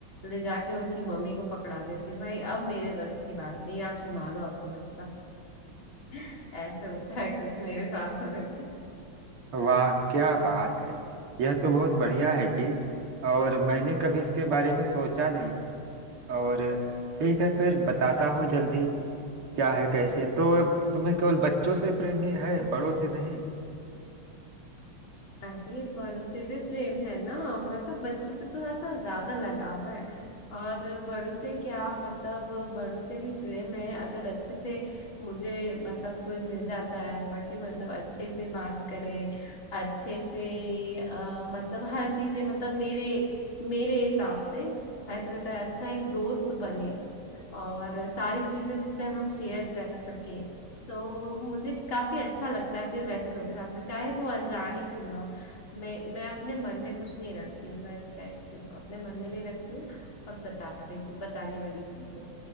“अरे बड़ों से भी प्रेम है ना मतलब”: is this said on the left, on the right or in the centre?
Left